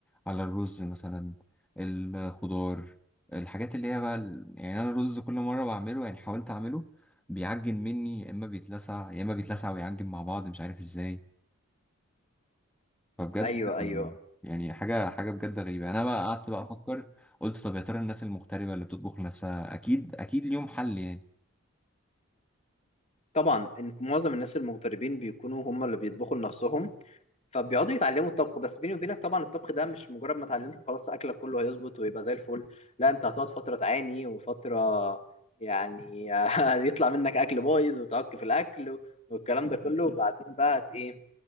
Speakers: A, in the centre; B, on the left.
A: على الرز مثلا الخضار الحاجات اللي هي بقى ال- يعني انا الرز كل مره بعمله يعني حاولت اعمله بيعجن مني يا اما بيتلسع يا اما بيتلسع ويعجن مع بعض مش عارف ازاي فبجد
B: ايوه ايوه
A: يعني حاجه حاجه بجد غريبه انا بقى قعدت بقى افكر قلت طب يا ترى الناس المغتربه اللي بتطبخ لنفسها اكيد اكيد ليهم حل يعني
B: طبعا ان معظم الناس المغتربين بيكونوا هم اللي بيطبخوا لنفسهم فبيقعدوا يتعلموا الطبخ بس بيني وبينك طبعا الطبخ ده مش مجرد ما اتعلمت خلاص اكلك كله هيظبط ويبقى زي الفل لا انت هتقعد فتره تعاني وفتره يعني <laughs> يطلع منك اكل بايظ وتعك في الاكل والكلام ده كله وبعدين بقى هت- ايه